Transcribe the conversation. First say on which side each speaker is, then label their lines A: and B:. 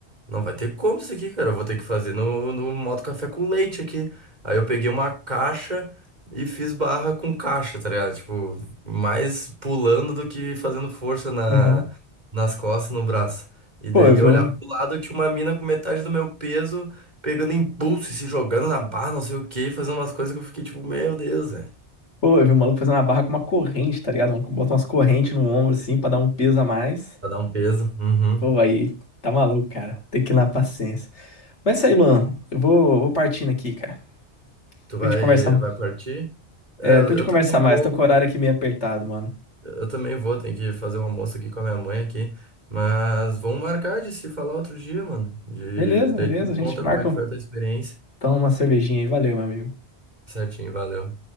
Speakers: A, on the right (about 40°); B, on the left (about 85°).
A: não vai ter como isso aqui, cara. Eu vou ter que fazer no, no modo café com leite aqui. Aí eu peguei uma caixa e fiz barra com caixa, tá ligado? Tipo, mais pulando do que fazendo força
B: Uhum.
A: nas costas, no braço. E
B: Pô,
A: daí
B: eu vi
A: eu
B: um.
A: olhava pro lado, tinha uma mina com metade do meu peso, pegando impulso e se jogando na barra, não sei o quê, e fazendo umas coisas que eu fiquei tipo, meu Deus, velho.
B: Pô, eu vi um maluco fazendo uma barra com uma corrente, tá ligado? O maluco bota umas correntes no ombro, assim, pra dar um peso a mais.
A: Pra dar um peso. Uhum.
B: Pô, aí tá maluco, cara. Tem que ir na paciência. Mas é isso aí, Luan. Eu vou, vou partindo aqui, cara.
A: Tu
B: Depois
A: vai,
B: a gente conversa,
A: vai partir?
B: é,
A: É, eu,
B: depois a
A: eu
B: gente conversar
A: também
B: mais.
A: vou.
B: Tô com o horário aqui meio apertado, mano.
A: Eu também vou, tenho que fazer um almoço aqui com a minha mãe aqui. Mas vamos marcar de se falar outro dia, mano. De...
B: Beleza,
A: Daí
B: beleza.
A: tu me
B: A gente
A: conta
B: marca
A: como é que foi a tua experiência.
B: então uma cervejinha aí. Valeu, meu amigo.
A: Certinho, valeu.